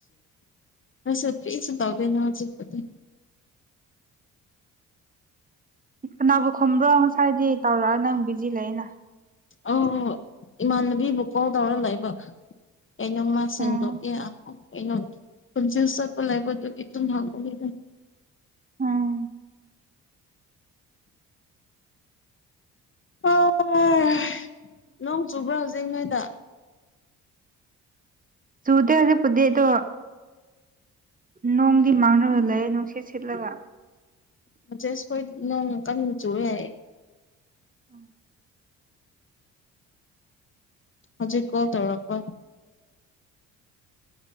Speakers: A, on the left; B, on the right.
A: ꯁꯤꯁ ꯄꯤꯁꯨꯗꯕ ꯅ ꯍꯧꯖꯤꯤ
B: ꯀꯅꯥꯕꯨ ꯈꯨꯝꯕ꯭ꯔꯣ ꯉꯁꯥꯏꯗꯤ ꯇꯧꯔꯛ ꯅꯪ ꯕꯤꯖꯤ ꯂꯩꯅ
A: ꯑ ꯏꯃꯥꯟꯅꯕꯤꯕꯨ ꯀꯣꯜ ꯇꯧꯔ ꯂꯩꯕ ꯑꯣ ꯃꯥ ꯁꯟꯗꯣꯛꯒꯦ
B: ꯎꯝ
A: ꯑꯩꯅ ꯄꯨꯟꯁꯤ ꯆꯠꯄ ꯂꯩꯕꯗꯨꯒꯤ ꯑꯗꯨꯨꯝ ꯍꯥꯡꯕꯅꯤꯗ
B: ꯎꯝ
A: ꯑꯣ ꯅꯣꯡ ꯆꯨꯕ꯭ꯔꯥ ꯍꯧꯖꯤꯛ ꯅꯣꯏꯗ
B: ꯁꯨꯗ ꯑꯣꯏꯅꯗꯤ ꯄꯨꯗꯤꯗꯣ ꯅꯣꯡꯗꯤ ꯃꯥꯡꯒ ꯂꯩꯌꯦꯦ ꯅꯨꯡꯁꯤꯦꯠ ꯁꯤꯠꯂꯒ
A: ꯃꯦꯁ ꯀꯣꯏ ꯅꯣꯡꯃꯀꯟ ꯋꯌꯦ
B: ꯎꯝ
A: ꯍꯧꯖꯤꯛ ꯀꯣ ꯇꯧꯔꯄ